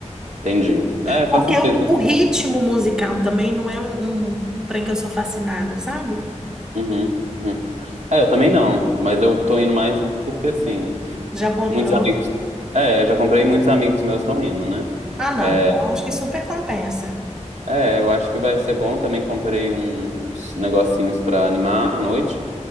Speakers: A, on the right; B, in the centre.
A: entendi. É, faz
B: Porque
A: sentido.
B: o, o ritmo musical também não é um, um trem que eu sou fascinada, sabe?
A: Uhum, uhum. É, eu também não, mas eu tô indo mais porque assim,
B: Já comprou?
A: muitos amigos. É, já comprei, muitos amigos meus estão indo, né?
B: Ah, não.
A: É,
B: Então acho que super compensa.
A: é, eu acho que vai ser bom. Também comprei uns negocinhos pra animar a noite.